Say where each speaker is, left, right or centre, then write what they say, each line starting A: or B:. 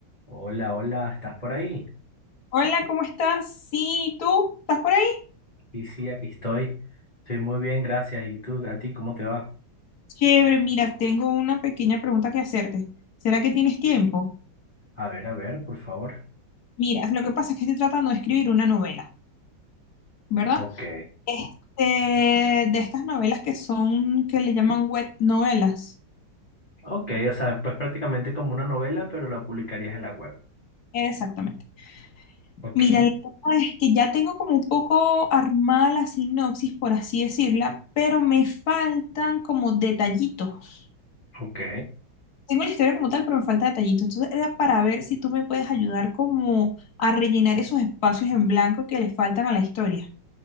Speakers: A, on the left; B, on the left.
A: Hola, hola, ¿estás por ahí?
B: Hola, ¿cómo estás? Sí, ¿tú? ¿Estás por ahí?
A: Sí, sí, aquí estoy. Estoy muy bien, gracias. ¿Y tú, a ti, cómo te va?
B: Chévere, mira, tengo una pequeña pregunta que hacerte. ¿Será que tienes tiempo?
A: A ver, a ver, por favor.
B: Mira, lo que pasa es que estoy tratando de escribir una novela, ¿verdad?
A: Ok,
B: Este, de estas novelas que son, que le llaman web novelas.
A: ok, o sea, pues prácticamente como una novela, pero la publicarías en la web.
B: Exactamente.
A: Ok,
B: Mira, la cosa es que ya tengo como un poco armada la sinopsis, por así decirla, pero me faltan como detallitos.
A: ok,
B: Tengo la historia como tal, pero me falta detallito. Entonces era para ver si tú me puedes ayudar como a rellenar esos espacios en blanco que le faltan a la historia.